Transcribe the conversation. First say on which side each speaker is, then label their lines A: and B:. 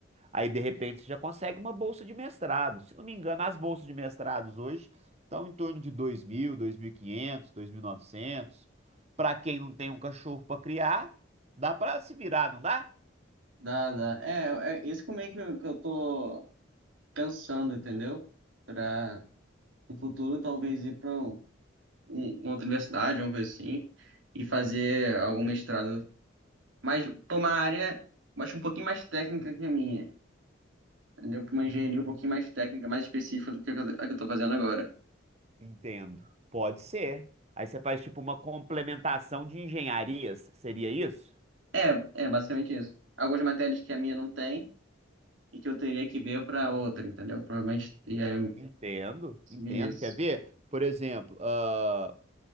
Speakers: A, on the right (about 35°); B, on the right (about 80°).
A: aí de repente você já consegue uma bolsa de mestrado. Se não me engano, as bolsas de mestrados hoje estão em torno de 2.000, 2.500, novecentos. Para quem não tem um cachorro para criar, dá para se virar, não dá?
B: dá, dá. É, é isso como é que eu que eu tô pensando, entendeu? Pra no futuro talvez ir pra um- um, uma outra universidade, uma coisa assim, e fazer algum mestrado, mas pra uma área, eu acho um pouquinho mais técnica que a minha, entendeu? Pra uma engenharia um pouquinho mais técnica, mais específica do que a que eu tô fazendo agora.
A: Entendo. Pode ser. Aí você faz tipo uma complementação de engenharias, seria isso?
B: É, é basicamente isso. Algumas matérias que a minha não tem e que eu teria que ver pra
A: Uhum.
B: outra, entendeu? Provavelmente é
A: Entendo, entendo.
B: Isso.
A: Quer ver? Por exemplo, ah,